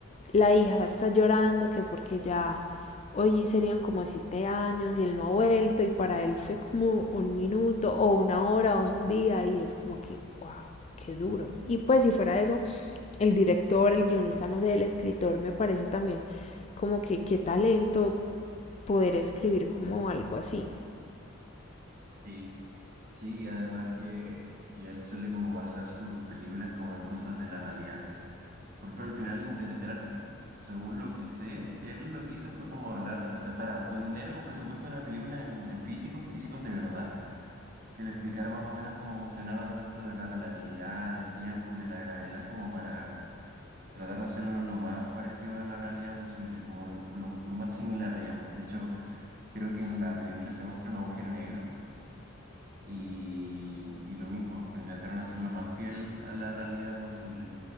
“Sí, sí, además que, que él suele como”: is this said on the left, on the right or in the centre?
Right